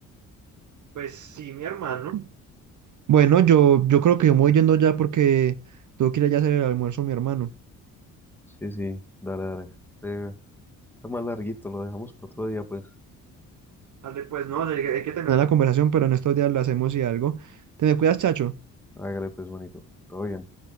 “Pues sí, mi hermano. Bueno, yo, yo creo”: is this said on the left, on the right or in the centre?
Right